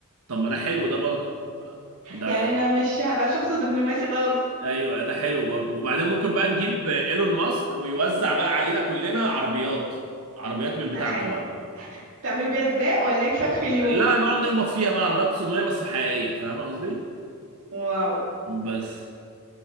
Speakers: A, on the right (about 80°); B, on the right (about 60°).
A: طب ما ده حلو ده برضه ده
B: يعني انا مش هبقى شخص دبلوماسي خالص
A: ايوه ده حلو برضه وبعدين ممكن بقى نجيب آه، ايلون ماسك ويوزع بقى علينا كلنا عربيات عربيات من بتاعته
B: تخيل
A: بقى
B: تعملوا بيها سباق ولا ايه في اخر اليوم
A: لا نقعد نخبط فيها بقى عربيات صدميه بس حقيقيه فاهمه قصدي
B: واو
A: بس